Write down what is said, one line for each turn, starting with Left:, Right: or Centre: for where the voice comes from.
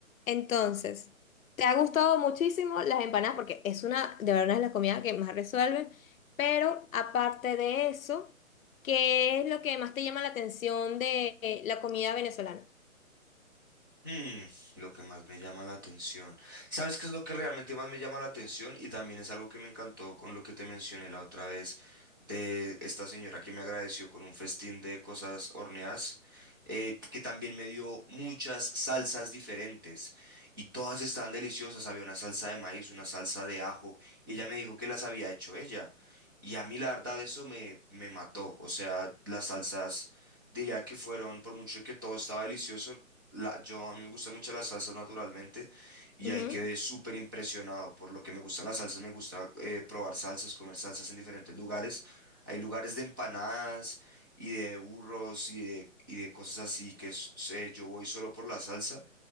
Left: entonces, ¿te ha gustado muchísimo las empanadas? Porque es una, de verdad, es la comida que más resuelve, pero aparte de eso, ¿qué es lo que más te llama la atención de eh, la comida venezolana?
Right: Hmm, lo que más me llama la atención. ¿Sabes qué es lo que realmente más me llama la atención? Y también es algo que me encantó con lo que te mencioné la otra vez de esta señora que me agradeció con un festín de cosas horneadas, eh, que también me dio muchas salsas diferentes y todas estaban deliciosas. Había una salsa de maíz, una salsa de ajo y ella me dijo que las había hecho ella. Y a mí la verdad eso me, me mató. O sea, las salsas... Diría que fueron, por mucho que todo estaba delicioso, la- yo a mí me gustan mucho las salsas naturalmente y
Left: Ujú,
Right: ahí quedé súper impresionado por lo que me gustan las salsas. Me gusta eh, probar salsas, comer salsas en diferentes lugares. Hay lugares de empanadas y de burros y de, y de cosas así que es- sé, yo voy solo por la salsa